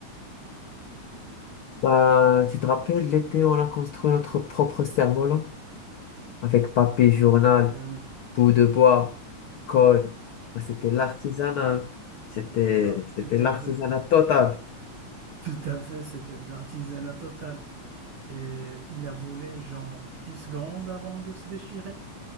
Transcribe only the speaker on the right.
eh oui,
bah,
tout
à fait,
<laughs> tout à fait, c'était de l'artisanat total. Et il a volé genre 10 secondes avant de se déchirer.